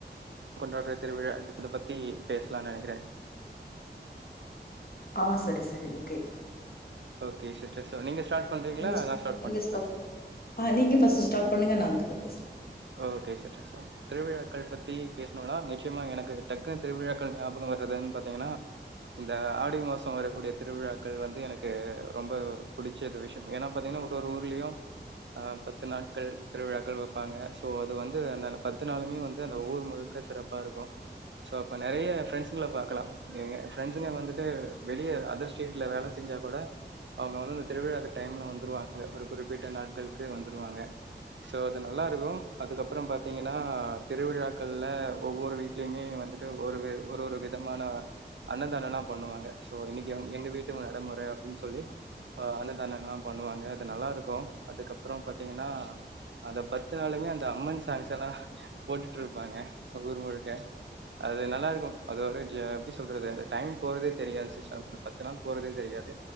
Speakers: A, on the right; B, on the left.
A: கொண்டார திருவிழா இத பத்தி பேசலான் நெனைக்கிறே
B: ஆ செரி செரி ஓகே
A: ஓகே சிஸ்டர் ஸோ நீங்க ஸ்டார்ட் பண்றீங்களா
B: நீங்க
A: நா ஸ்டார்ட்
B: நீங்க
A: பண்ட்டுங்ளா
B: ஃபஸ் ஆ நீங்க ஃபஸ்ட்டு ஸ்டார்ட் பன்னுங்க நா அதுப்புறோ பேசுறே
A: ஓகே சிஸ்டர் ஸோ திருவிழாக்கள் பத்தி பேசணுன்னா நிச்சயமா எனக்கு டக்குன்னு திருவிழாக்கள் ஞாபகம் வர்றதுன்னு பாத்தீங்கன்னா இந்த ஆடி மாசொ வரக்கூடிய திருவிழாக்கள் வந்து எனக்கு ரொம்ப புடிக் ச்சது விஷயொ ஏன்னா பாத்தீங்கன்னா ஒரு ஒரு ஊர்லயு அ பத்து நாட்கள் திருவிழாக்கள் வப்பாங்க சோ அது வந்து அந்த பத்து நாளுமே வந்து அந்த ஊர் முழுக்க சிறப்பா இருக்கூ சோ அப்ப நறைய ஃப்ரெண்ட்ஸ்ங்கள பாக்கலா ஏங்க ஃப்ரண்ட்ஸுங்க வந்துட்டு வெளிய அதர் ஸ்டேட்ல வேல செஞ்சா கூட அவுங்க வந்து அந்த திருவிழாக்கு டைம்ல வந்துருவாங்க ஒரு குறிப்பிட்ட நாட்களுக்கு வந்துருவாங்க சோ அது நல்லா இருக்கும் அதுக்கப்புறம் பாத்தீங்கன்னா திருவிழாக்கள்ல ஒவ்வொரு வீட்லயுமே வந்துட்டு ஒரு வே ஒரு ஒரு விதமான அன்னதானம்லா பண்ணுவாங்க சோ இன்னைக்கி எங்க வீட்டு நடமுற அப்டின் சொல்லி ஆ அன்னதானலா பண்ணுவாங்க அது நல்லா இருக்கும் அதுக்கப்புறம் பாத்தீங்கன்னா அந்த பத்து நாளுமே அந்த அம்மன் சாங்ஸ் எல்லா போட்டுட்டு இருப்பாங்க ஊர் முழுக்க அது நல்லா இருக்கும் அது ஒரே ஜா எப்டி சொல்றது அந்த டைம் போறதே தெரியாது சிஸ்டர் அந்த பத்து நாள் போறதே தெரியாது